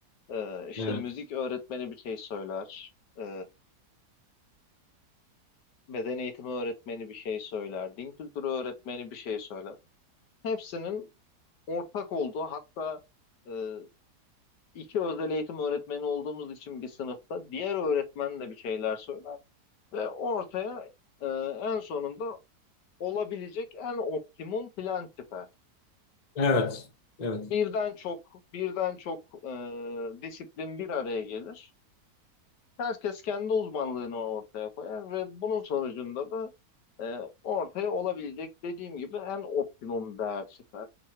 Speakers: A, on the left; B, on the left.
A: E, işte
B: evet.
A: müzik öğretmeni bir şey söyler. E, beden eğitimi öğretmeni bir şey söyler. Din kültürü öğretmeni bir şey söyler. Hepsinin ortak olduğu hatta e, iki özel eğitim öğretmeni olduğumuz için bir sınıfta diğer öğretmen de bir şeyler söyler. Ve ortaya ee, en sonunda olabilecek en optimum plan tipi.
B: Evet. Evet.
A: Birden çok, birden çok e, disiplin bir araya gelir. Herkes kendi uzmanlığını ortaya koyar ve bunun sonucunda da e, ortaya olabilecek dediğim gibi en optimum değer çıkar.